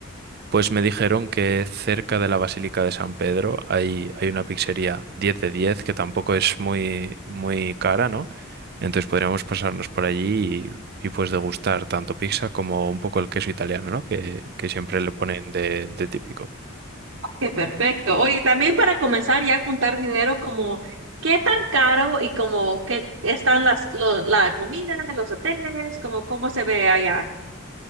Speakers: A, on the right; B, on the right.
A: Pues me dijeron que cerca de la Basílica de San Pedro hay, hay una pizzería 10 de 10 que tampoco es muy, muy cara, ¿no? Entonces podríamos pasarnos por allí y, y, pues degustar tanto pizza como un poco el queso italiano, ¿no? Que, que siempre le ponen de, de típico.
B: Qué perfecto. Oye, también para comenzar ya a juntar dinero, como qué tan caro y como qué están las lo- la comida, los hoteles, como cómo se ve allá.